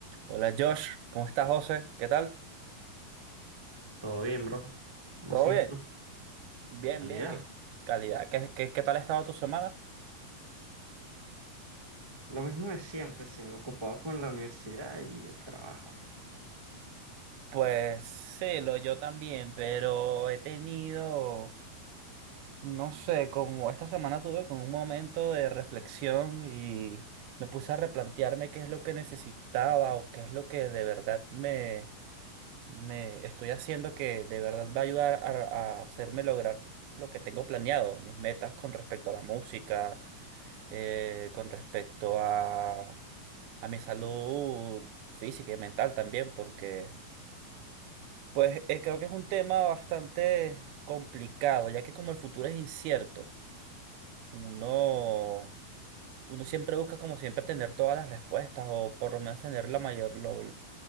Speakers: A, on the right; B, on the right.
A: Hola Josh, ¿cómo estás, José? ¿Qué tal?
B: Todo bien, bro. ¿Cómo
A: ¿Todo
B: sigues
A: bien?
B: tú?
A: Bien,
B: Calidad.
A: bien, qué calidad. ¿Qué, qué, qué tal ha estado tu semana?
B: Lo mismo de siempre, se me ocupaba con la universidad y el trabajo.
A: Pues sí, lo yo también, pero he tenido, no sé, como esta semana tuve como un momento de reflexión y me puse a replantearme qué es lo que necesitaba o qué es lo que de verdad me, me estoy haciendo que de verdad va a ayudar a a hacerme lograr lo que tengo planeado, mis metas con respecto a la música eh, con respecto a, a mi salud física y mental también, porque pues eh, creo que es un tema bastante complicado, ya que como el futuro es incierto, uno, uno siempre busca como siempre tener todas las respuestas o por lo menos tener la mayor, lo-